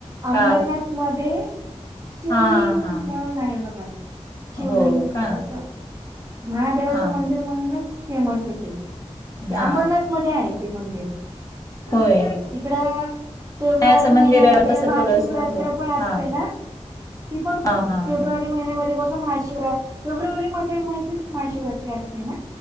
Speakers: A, on the right; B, on the left.
A: अंबरनाथ
B: का
A: मध्ये शिवलिंग
B: हा हा
A: म्हणून आहे बघा शिवलिंग
B: हो का
A: कस महादेव
B: हा
A: ण फेमस आहे ते
B: हा
A: अंबरनाथ मध्ये आहे ते मंदिर
B: होय.
A: तिकड. फेब्रुवारी
B: नाही असं मंदिर
A: महिन्यामध्ये
B: आहे कसं
A: महाशिवरात्र
B: थोडस हा
A: पण असते
B: हा
A: ना ती पण
B: हा
A: फेब्रुवारी
B: हा
A: महिन्या बघ महाशिात फेब्रुवारी मध्ये माहिच महाशिवरात्री असते ना.